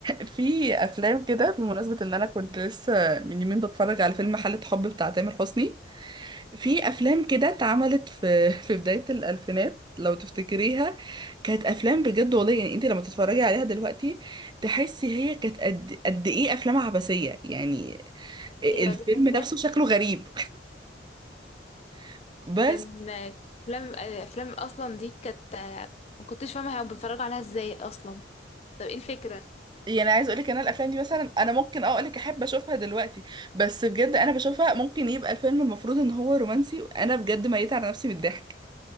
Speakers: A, on the right; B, on the left.
A: في افلام كده بمناسبه ان انا كنت لسه من يومين بتفرج على فيلم حالة حب بتاع تامر حسني في افلام كده اتعملت في <laughs> في بدايه الالفينات لو تفتكريها كانت افلام بجد والله يعني انت لما تتفرجي عليها دلوقتي تحسي هي كانت قد قد ايه افلام عبثيه يعني الفيلم
B: ايوه دي حقيقة
A: نفسه شكله غريب <laughs> بس
B: كان افلام افلام اصلا دي كانت ما كنتش فاهمه هما بيتفرجوا عليها ازاي اصلا طب ايه الفكره
A: يعني عايز اقول لك انا الافلام دي مثلا انا ممكن اه اقول لك احب اشوفها دلوقتي بس بجد انا بشوفها ممكن يبقى الفيلم المفروض ان هو رومانسي وانا بجد ميت على نفسي من الضحك